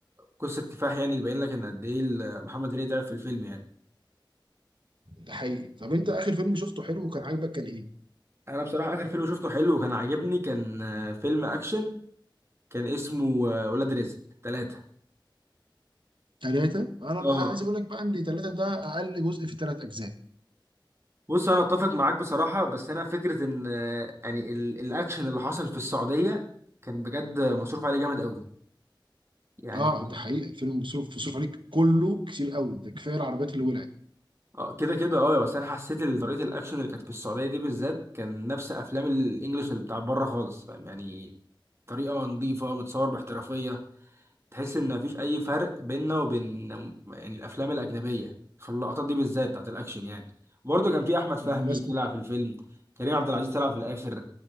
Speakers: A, on the right (about 30°); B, on the right (about 75°).
A: قصة كفاح يعني تبين لك إن قد إيه ال- محمد هنيدي تعب في الفيلم يعني
B: ده حقيقي طب انت اخر فيلم شفته حلو وكان عاجبك كان ايه؟
A: أنا بصراحة آخر فيلم شفته حلو وكان عاجبني كان آه، فيلم أكشن كان اسمه آه، ولاد رزق ثلاثة
B: ثلاثة انا
A: اه
B: بقى عايز اقول لك بقى ان ثلاثة ده اقل جزء في ثلاث اجزاء
A: بص أنا أتفق معاك بصراحة بس أنا فكرة إن آه، يعني ال- الأكشن اللي حصل في السعودية كان بجد مصروف عليه جامد قوي يعني
B: اه ده حقيقي الفيلم مصروف مصروف عليك كله كتير قوي ده كفايه العربيات اللي ولعت
A: اه كده كده اه بس انا حسيت ان طريقه الاكشن اللي كانت في السعوديه دي بالذات كان نفس افلام الانجليش اللي بتاع بره خالص فاهم يعني طريقه نظيفه متصور باحترافيه تحس ان مفيش اي فرق بيننا وبين يعني الافلام الاجنبيه في اللقطات دي بالذات بتاعت الاكشن يعني برضه كان في احمد
B: بالمناسبة
A: فهمي طلع في الفيلم كريم عبد العزيز طلع في الاخر